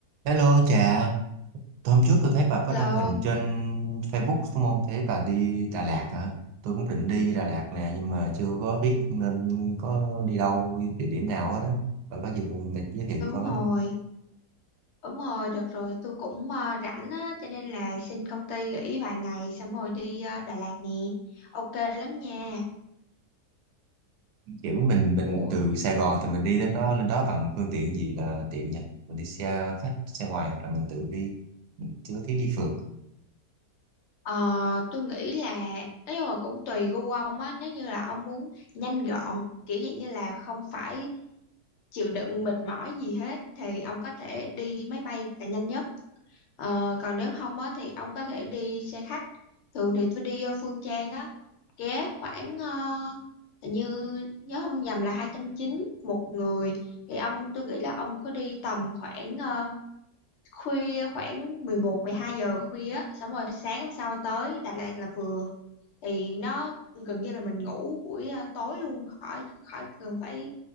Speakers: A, on the right; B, on the left.
A: Hello chị hôm trước tôi thấy bà có
B: Lộn,
A: đăng hình trên Facebook đúng không? Thấy bà đi Đà Lạt hả? Tôi cũng định đi Đà Lạt nè nhưng mà chưa có biết nên có đi đâu, đi địa điểm nào hết đó. Bà có gì mình giới thiệu
B: đúng
A: cho tôi với.
B: rồi, đúng rồi, được rồi, tôi cũng ờ, rảnh á, cho nên là xin công ty nghỉ vài ngày xong rồi đi ờ, Đà Lạt nè. Ok lắm nha.
A: Kiểu mình mình
B: Ủa,
A: từ Sài Gòn thì mình đi đến đó lên đó bằng phương tiện gì là tiện nhỉ? Mình đi xe khách, xe ngoài hoặc là mình tự đi. Mình chưa có tiếng đi phượt.
B: ờ, tôi nghĩ là, nói chung là cũng tùy gu ông á, nếu như là ông muốn nhanh gọn, kiểu dạng như là không phải chịu đựng mệt mỏi gì hết, thì ông có thể đi máy bay là nhanh nhất. Ờ, còn nếu không á thì ông có thể đi xe khách thường thì tôi đi vô Phương Trang á ghé khoảng ờ, hình như nhớ không nhầm là hai trăm chín một người thì ông tôi nghĩ là ông cứ đi tầm khoảng ờ, khuya khoảng mười một mười hai giờ khuya á xong rồi sáng hôm sau tới Đà Lạt là vừa thì nó gần như là mình ngủ buổi ờ, tối luôn khỏi khỏi cần phải